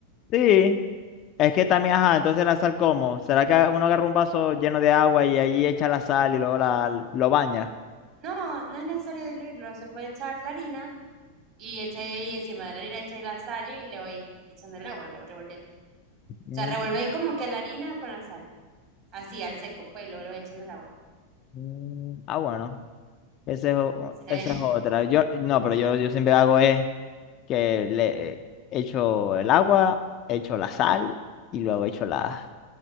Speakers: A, on the left; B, on the right.
A: Sí, es que también, ajá, entonces la sal, ¿cómo? ¿Será que uno agarra un vaso lleno de agua y ahí echa la sal y luego la, lo baña?
B: No, no es necesario diluirlo, se puede echar la harina y echáis ahí encima de la harina, echáis la sal y le vais echando el agua y lo vais revolviendo. O
A: Mm,
B: sea, revolvéis como que la harina con la sal, así al seco, pues y luego le vais echando el agua.
A: mm, Ah, bueno, esa es, o-
B: Sí, <laughs>
A: esa es otra. Yo, no, pero yo, yo siempre hago es que le echo el agua, echo la sal y luego echo la,